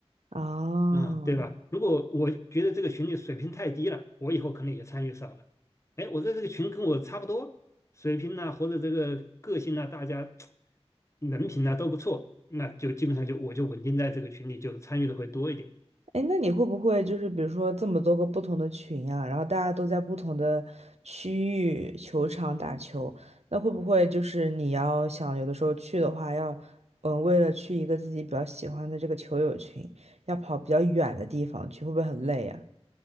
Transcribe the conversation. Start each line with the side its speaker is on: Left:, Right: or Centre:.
Right: 哦，
Left: 啊，对吧？如果我觉得这个群里水平太低了，我以后可能也参与少了。哎，我在这个群跟我差不多水平呐、或者这个个性呐、大家人品呐、都不错，那就基本上就我就稳定在这个群里，就参与的会多一点。
Right: 哎，那你会不会就是比如说这么多个不同的群啊，然后大家都在不同的区域球场打球，那会不会就是你要想有的时候去的话要，嗯，为了去一个自己比较喜欢的这个球友群，要跑比较远的地方去，会不会很累呀？